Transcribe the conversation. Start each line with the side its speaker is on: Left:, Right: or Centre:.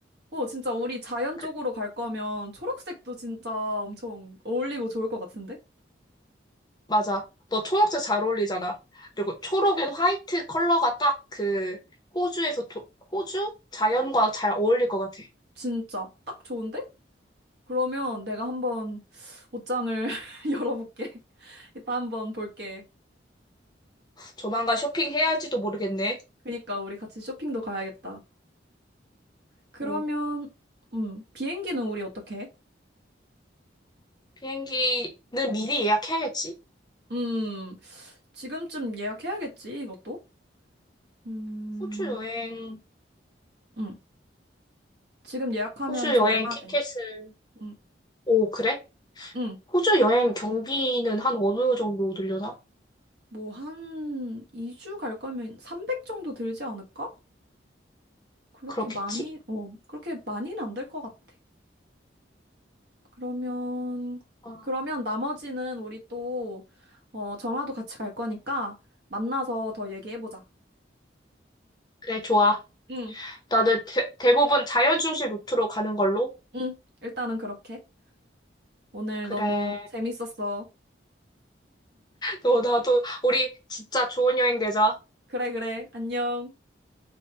Right: 오, 진짜 우리 자연
Left: 그-
Right: 쪽으로 갈 거면 초록색도 진짜 엄청 어울리고 좋을 것 같은데?
Left: 맞아 너 초록색 잘 어울리잖아 그리고 초록엔 화이트 컬러가 딱 그 호주에서 조- 호주 자연과 잘 어울릴 것 같아
Right: 진짜 딱 좋은데? 그러면 내가 한번 옷장을 <laughs> 열어볼게. <laughs> 이따 한번 볼게.
Left: 조만간 쇼핑해야 할지도 모르겠네
Right: 그니까 우리 같이 쇼핑도 가야겠다. 그러면,
Left: 오,
Right: 음, 비행기는 우리 어떻게 해?
Left: 비행기는 미리 예약해야겠지
Right: 음. 지금쯤 예약해야겠지, 이것도? 음,
Left: 호주 여행
Right: 응. 지금 예약하면
Left: 호주
Right: 저렴하대.
Left: 여행 티켓을
Right: 응,
Left: 오 그래
Right: 응.
Left: 호주 여행 경비는 한 어느 정도 들려나
Right: 뭐, 한 2주 갈 거면 300 정도 들지 않을까? 그렇게
Left: 그렇겠지
Right: 많이, 어, 그렇게 많이는 안 될 것 같아. 그러면,
Left: 어,
Right: 그러면 나머지는 우리 또, 어, 정아도 같이 갈 거니까 만나서 더 얘기해보자.
Left: 그래 좋아
Right: 응,
Left: 나는 대, 대부분 자연 중심 루트로 가는 걸로.
Right: 응. 일단은 그렇게. 오늘
Left: 그래.
Right: 너무 재밌었어.
Left: 너, 나도, 우리 진짜 좋은 여행 되자.
Right: 그래, 그래. 안녕.